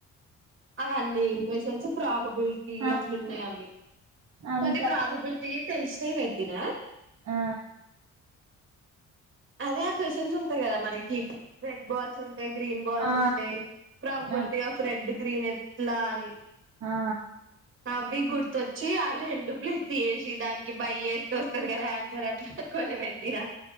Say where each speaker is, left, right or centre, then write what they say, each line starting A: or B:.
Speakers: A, on the right; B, on the right.
A: అవన్నీ ఇంప్రేషన్స్ ప్రాబబిలిటీ
B: ఆ
A: అట్లున్నాయి అవి
B: అంత
A: కొన్ని ప్రాబబిలిటీయి తెలిసిన వె ఇదా
B: ఆ
A: అదే ఆ క్వశ్చన్స్ ఉంటాయి కదా మనకి రెడ్ బాల్స్ ఉంటయ్ గ్రీన్ బాల్స్
B: ఆ
A: ఉంటాయి ప్రాబబిలిటీ
B: అవి
A: ఆఫ్ రెడ్ గ్రీన్ ఎట్లా అని
B: ఆ
A: అవి గుర్ తొచ్చి అవి రెండు ప్లేస్ చేేసి దానికి బై చేస్తే వస్తది కదా ఆన్సర్ అట్లా కొన్ని పెట్టిన